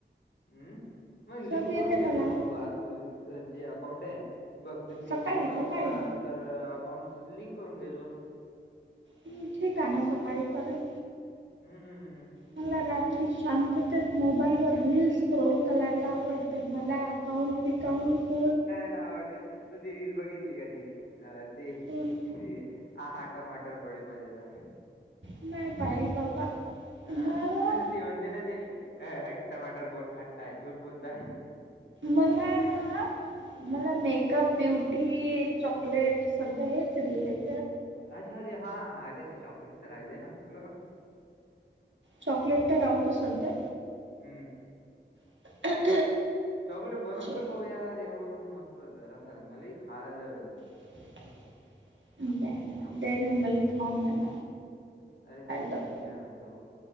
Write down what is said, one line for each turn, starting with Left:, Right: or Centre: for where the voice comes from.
Left: हम्म! मग लिंक
Right: सब येते
Left: करून घ्यायचो
Right: मला
Left: ना तू, आज <unintelligible> जे अकाउंट आहे. बघ, ते पेमेंटचं
Right: सकाळी
Left: ऑप्शन
Right: सकाळी
Left: आलं, तर अकाउंटस् लिंक करून घेतो.
Right: हम्! ठीक आहे ना, सकाळी करेन.
Left: हम्म!
Right: मला रात्री शांततेत, मोबाईल वर रीलस स्क्रेल करायला आवडत. मला अकाउंट बीकाऊंट
Left: मला आवड, तू ती रील बघितली का ती? अ ते
Right: बोल
Left: हे आ हा, टमाटर बडे मजेदार.
Right: नाही पाहिली बाबा.
Left: आ,
Right: मला
Left: अरे ती म्हणते ना ते, हट टमाटर बहोत खट्टा है, झूठ बोलता.
Right: मला आ
Left: हं.
Right: मला मेकअप, ब्युटी, चॉकलेट सध्या हेच रिल येतात.
Left: अच्छा अच्छा! हा, अरे ते चॉकलेटच राहिलेय ना, आपलं
Right: चॉकलेट तर राहूदे सध्या
Left: हम्म.
Right: <unintelligible> <inaudible>
Left: चॉकलेट बनवून
Right: शे
Left: तर पाहू यार, एवढं मोठं मस्त जरासं मला ही खायालं
Right: <unintelligible>
Left: चॉकलेट.
Right: डेअरी मिल्क खाऊन <unintelligible>
Left: अरे तुम्ही,
Right: डब
Left: मी काय म्हणतो,